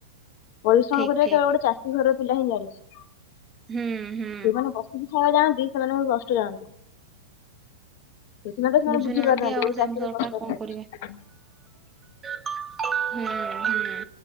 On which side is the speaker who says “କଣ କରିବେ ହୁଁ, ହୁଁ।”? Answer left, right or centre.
Right